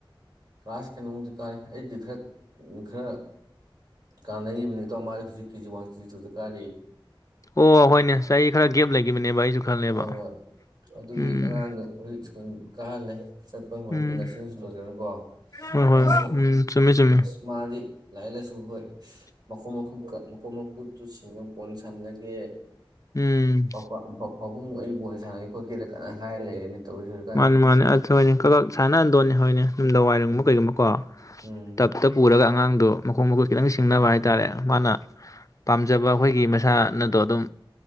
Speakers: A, on the right; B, on the left.
A: ꯀꯂ꯭ꯥꯁ ꯀꯩꯅꯣ ꯃꯨꯛꯗꯤ ꯀꯥꯔꯦ ꯑꯩꯗꯤ ꯈꯔ ꯈꯔ ꯀꯥꯟꯅꯔꯤꯕꯅꯤ ꯇ ꯃꯥ ꯍꯧꯖꯤꯛ ꯀꯦꯖꯤ ꯋꯥꯟ ꯀꯦꯖꯤ ꯇꯨꯗ ꯀꯥꯔꯛꯑꯦ
B: ꯑꯣ ꯍꯣꯏꯅꯦ ꯆꯍꯤ ꯈꯔ ꯒꯦꯞ ꯂꯩꯈꯤꯕꯅꯦ ꯑꯩꯁꯨ ꯈꯜꯂꯦꯕ
A: ꯍꯣꯏ ꯍꯣꯏ ꯑꯗꯨꯒꯤ
B: ꯎꯝ
A: ꯑꯉꯥꯡꯗꯣ ꯍꯧꯖꯤꯛ ꯁ꯭ꯀꯨꯜ ꯀꯍ ꯂꯩ ꯆꯠꯄ ꯍꯧꯔꯤꯕ
B: ꯎꯝ
A: ꯅꯔꯁ ꯅꯁꯨ ꯂꯣꯏꯖꯕꯅꯤꯀꯣ
B: ꯍꯣꯏ ꯍꯣꯏ
A: ꯃꯥꯁꯨ ꯑ
B: ꯎꯝ ꯆꯨꯝꯃꯤ ꯆꯨꯝꯃꯤ
A: ꯃꯥꯗꯤ ꯂꯥꯏꯔꯤꯛ ꯂꯥꯏꯁꯨ ꯍꯣꯏ ꯃꯈꯣꯡ ꯃꯈꯨꯝ ꯃꯈꯣꯡ ꯃꯈꯀꯨ ꯇꯨꯟ ꯕꯣꯟ ꯁꯟꯅꯒꯦ
B: ꯎꯝ
A: ꯄꯥꯄꯥ ꯕꯥ ꯄꯥꯕꯨꯡ ꯑꯩ ꯕꯣꯟ ꯁꯥꯟꯅꯩ ꯈꯣꯠꯀꯦꯗ ꯀꯟꯅ ꯍꯥꯏꯔ ꯂꯩꯔꯦꯅꯦ ꯇꯧꯔꯤꯁꯤ ꯍꯧꯖꯤꯛꯀꯥꯟꯁꯦ
B: ꯃꯥꯅꯤ ꯃꯥꯅꯦ ꯑꯗꯨ ꯍꯣꯏꯅꯦ ꯀꯂ ꯁꯥꯟꯅꯟꯗꯣꯅꯤ ꯍꯣꯏꯅꯦ ꯍꯣꯏꯅꯦ ꯌꯨꯝꯗꯥ ꯋꯥꯏꯔꯒꯨꯝꯕ
A: ꯎꯝ
B: ꯀꯩꯒꯨꯝꯕ ꯀꯣ
A: ꯎꯝ
B: ꯇꯞꯇ ꯄꯨꯔꯒ ꯑꯉꯥꯡꯗꯣ ꯃꯈꯣꯡ ꯃꯈꯨꯠ ꯈꯤꯇꯪ ꯁꯤꯡꯅꯕ
A: ꯎꯝ
B: ꯍꯥꯏꯇꯥꯔꯦ ꯃꯥꯅ ꯄꯥꯝꯖꯕ ꯑꯩꯈꯣꯏꯒꯤ ꯃꯁꯥꯟꯅꯗꯣ ꯑꯗꯨꯝ